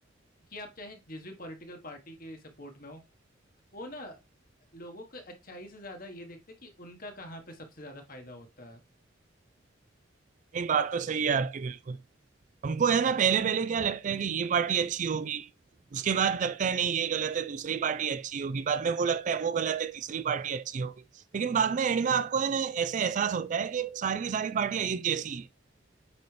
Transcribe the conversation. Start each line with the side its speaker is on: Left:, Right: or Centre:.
Left: कि आप चाहे जिस भी पॉलिटिकल पार्टी के सपोर्ट में हो वो ना लोगों को अच्छाई से ज्यादा ये देखते कि उनका कहाँ पे सबसे ज्यादा फायदा होता है
Right: नहीं बात तो सही है आपकी बिल्कुल हमको है ना पहले पहले क्या लगता है कि ये पार्टी अच्छी होगी उसके बाद लगता है नहीं ये गलत है दूसरी पार्टी अच्छी होगी बाद में वो लगता है वो गलत है तीसरी पार्टी अच्छी होगी लेकिन बाद में एंड में आपको है ना ऐसे एहसास होता है कि सारी की सारी पार्टियां एक जैसी है